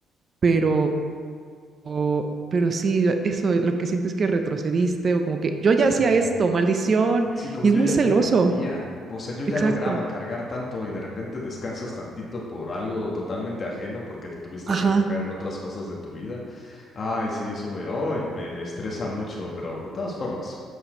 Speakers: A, on the right; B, on the left.
A: pero O- pero sí, eso, lo que sientes que retrocediste o como que yo ya hacía
B: Sí.
A: esto, maldición,
B: Sí, como
A: y
B: yo
A: es muy
B: ya,
A: celoso,
B: yo ya podía, o sea, yo ya
A: exacto.
B: lograba cargar tanto y de repente descansas tantito por algo totalmente ajeno porque te tuviste
A: Ajá,
B: que enfocar en otras cosas de tu vida. Ay, sí, eso me, ay, me, me estresa mucho, pero de todas formas,